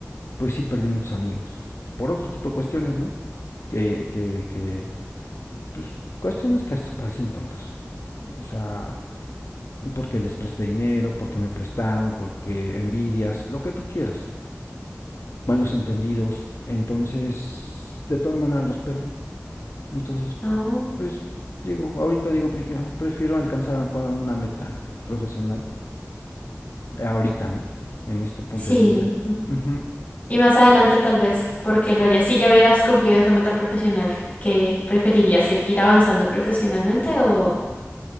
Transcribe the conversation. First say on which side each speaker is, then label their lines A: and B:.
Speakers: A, on the left; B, on the left.
A: pues sí perdí muchos amigos. Por otro tipo de cuestiones, ¿no? Que, que, que pues cuestiones que hasta parecen tontas. O sea, porque les presté dinero, porque me prestaron, porque envidias, lo que tú quieras. malos entendidos. Entonces, de todas maneras los perdí. Entonces,
B: Oh,
A: pues digo, ahorita digo, pues ya prefiero alcanzar a lo mejor una meta profesional. eh, Ahorita, ¿no? En este punto
B: sí.
A: de mi vida. Ujú.
B: Y más adelante tal vez, porque lo harías si ya hubieras cumplido esa meta profesional. ¿Qué preferirías? ¿Seguir avanzando profesionalmente o,